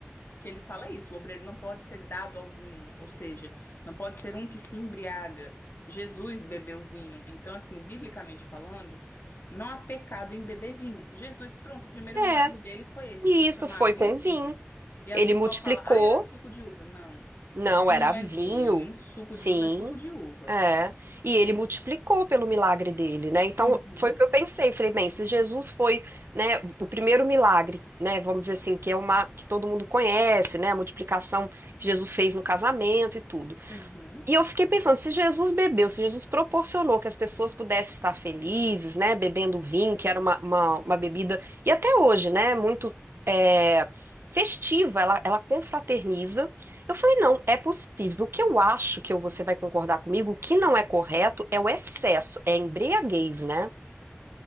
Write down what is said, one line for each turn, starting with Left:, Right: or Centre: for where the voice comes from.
Left: que ele fala isso, o obreiro não pode ser dado ao vinho, ou seja, não pode ser um que se embriaga. Jesus bebeu vinho. Então, assim, biblicamente falando, não há pecado em beber vinho. Jesus, pronto, o primeiro
Right: É,
Left: milagre dele foi esse,
Right: e
Left: transformar
Right: isso foi
Left: água
Right: com
Left: em
Right: o vinho.
Left: vinho. E aí
Right: Ele
Left: o pessoal
Right: multiplicou,
Left: fala, ah, era suco de uva. Não,
Right: não
Left: vinho
Right: era vinho,
Left: é vinho, suco
Right: sim.
Left: de uva é suco de uva.
Right: É, e ele multiplicou pelo milagre dele, né? Então
Left: Uhum,
Right: foi o que eu pensei, falei, bem, se Jesus foi, né, o primeiro milagre, né, vamos dizer assim, que é uma que todo mundo conhece, né, a multiplicação que Jesus fez no casamento e tudo.
Left: uhum.
Right: E eu fiquei pensando, se Jesus bebeu, se Jesus proporcionou que as pessoas pudessem estar felizes, né, bebendo vinho, que era uma, uma, uma bebida, e até hoje, né, muito é, festiva, ela, ela confraterniza. Eu falei, não, é possível. O que eu acho que eu- você vai concordar comigo, que não é correto é o excesso, é a embriaguez, né?